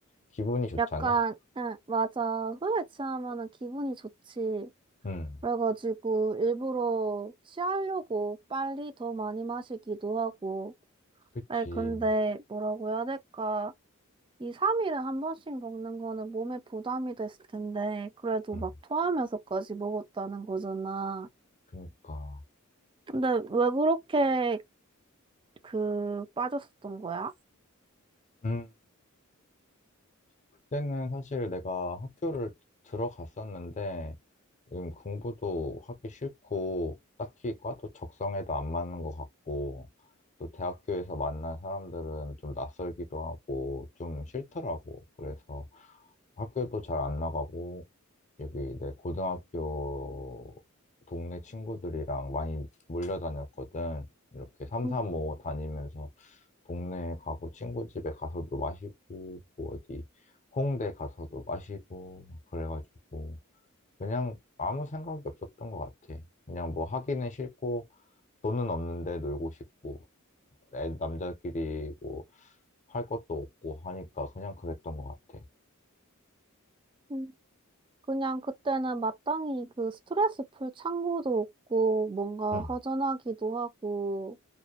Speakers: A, on the left; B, on the right.
A: 기분이 좋잖아.
B: 약간, 응, 맞아. 술에 취하면은 기분이 좋지.
A: 응,
B: 그래가지고 일부러 취하려고 빨리 더 많이 마시기도 하고.
A: 그치.
B: 아니, 근데 뭐라고 해야 될까? 이 3일에 한 번씩 먹는 거는 몸에 부담이 됐을 텐데, 그래도
A: 응,
B: 막 토하면서까지 먹었다는 거잖아.
A: 그니까.
B: 근데 왜 그렇게 그 빠졌었던 거야?
A: 음. 그때는 사실 내가 학교를 들어갔었는데, 음, 공부도 하기 싫고, 딱히 과도 적성에도 안 맞는 것 같고, 또 대학교에서 만난 사람들은 좀 낯설기도 하고, 좀 싫더라고. 그래서 학교도 잘 안 나가고, 여기 내 고등학교 동네 친구들이랑 많이 몰려다녔거든. 이렇게 삼삼오오
B: 음,
A: 다니면서 동네에 가고 친구 집에 가서도 마시고 뭐 어디 홍대 가서도 마시고 막 그래가지고 그냥 아무 생각이 없었던 것 같아. 그냥 뭐 하기는 싫고 돈은 없는데 놀고 싶고 애- 남자끼리 뭐 할 것도 없고 하니까 그냥 그랬던 것 같아.
B: 음. 그냥 그때는 마땅히 그 스트레스 풀 창구도 없고 뭔가
A: 응,
B: 허전하기도 하고